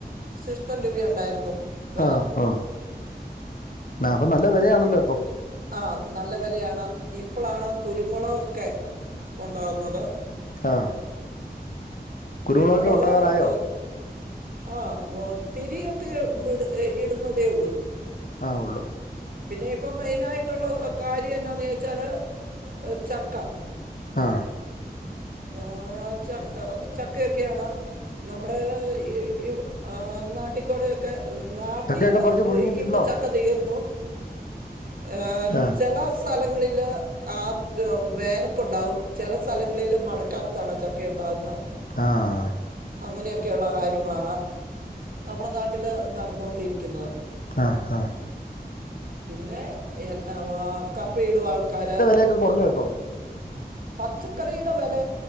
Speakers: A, on the right (about 60°); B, on the left (about 55°).
A: സിസ്റ്റൻ രൂപയുണ്ടായിരുന്നു വില
B: ആഹ് ആഹ് ആഹ് അപ്പൊ നല്ല വെലയാണല്ലോ ഇപ്പം
A: ആഹ് നല്ല വെലയാണ് ഇപ്പളാണ് കുരുമുളകൊക്കെ ഉണ്ടാകുന്നത്
B: <unintelligible> കുരുമുളകൊക്കെ
A: കുരുമുളക്
B: ഉണ്ടാകാറായോ?
A: എഹ് ആഹ് ഒത്തിരിയൊക്കെ വിട് ഇടുന്നതേ ഉള്ളൂ
B: ആഹ് ഉള്ളൂ
A: പിന്നെ ഇപ്പം മെയിനായിട്ടുള്ള കാര്യം എന്താന്ന് ചോദിച്ചാല് ഏഹ് ചക്ക
B: ആഹ്
A: ഏഹ് ച ചക്കയൊക്കെയാണ് നമ്മുടേ ഈ ഈ ആഹ് നാട്ടിക്കോടെ ഒക്കെ നാട്ടില്
B: ചക്കയൊക്കെ പറിച്ച് പുഴുങ്ങി
A: ഇ ഇപ്പൊ
B: തിന്നോ?
A: ചക്ക തീർന്നു ഏഹ്
B: ആഹ്
A: ചെല സ് സ്ഥലങ്ങളില് ആഹ് ര് വേനൊക്കെ ഉണ്ടാകും ചെല സ്ഥലങ്ങളിലും മ ഇക്കാലത്താണോ ചക്കെയുണ്ടാവുന്നേ
B: ആഹ്
A: അങ്ങനെയൊക്കെയുള്ള കാര്യങ്ങളാണ് നമ്മടെ നാട്ടില് നടന്നൊണ്ടിരിക്കിന്നത്
B: ആ ഹാ
A: പിന്നെ എ വ അ കപ്പയിടും ആൾക്കാര്
B: ഫുഡൊക്കെ കൊറഞ്ഞ് കിട്ടോ
A: പച്ചക്കറിയുടെ വെല